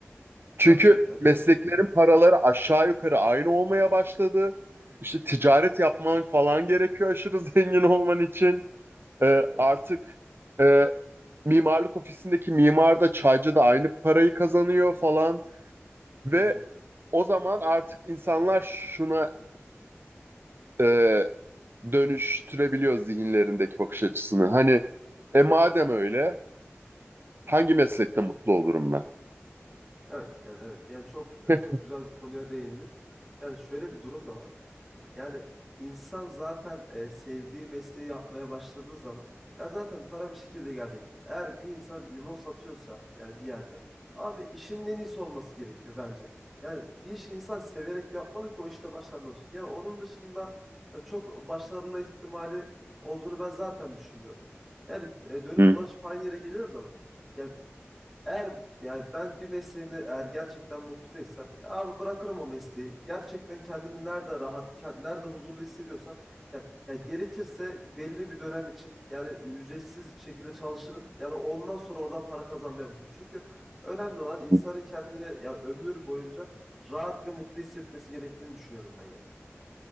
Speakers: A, on the right; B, in the centre.
A: Çünkü
B: tabii ki ya
A: mesleklerin
B: tabii ki.
A: paraları aşağı yukarı aynı olmaya başladı. İşte ticaret
B: Hı,
A: yapman falan gerekiyor aşırı <laughs> zengin olman için. Ee,
B: Evet,
A: artık e, mimarlık ofisindeki mimar da çaycı da aynı parayı kazanıyor falan. Ve
B: kesinlikle.
A: o zaman artık insanlar şuna e, dönüştürebiliyor zihinlerindeki bakış açısını. Hani e madem öyle Hangi meslekte
B: Hı hı.
A: mutlu olurum ben?
B: Evet yani evet yani çok
A: <laughs>
B: e, çok güzel bir konuya değindiniz. Yani şöyle bir durum da var. Yani insan zaten e, sevdiği mesleği yapmaya başladığı zaman ya zaten para bir şekilde gelecektir. Eğer bir insan limon satıyorsa yani bir yerde abi işin en iyisi olması gerekiyor bence. Yani bir işi insan severek yapmalı ki o işte başarılı olsun. Yani onun dışında e, çok başarılı ihtimali olduğunu ben zaten düşünmüyorum. Yani e, dönüp
A: Hı.
B: dolaşıp aynı yere geliyoruz ama ya eğer yani ben bir mesleğimde eğer gerçekten mutlu değilsem ya abi bırakırım o mesleği. Gerçekten kendimi nerede rahat, kend- nerede huzurlu hissediyorsam ya, ya gerekirse belli bir dönem için yani ücretsiz şekilde çalışırım. Yani ondan sonra oradan para kazanmaya başlarım. Çünkü önemli olan insanın
A: hı.
B: kendini ya ömür boyunca rahat ve mutlu hissetmesi gerektiğini düşünüyorum ben yani.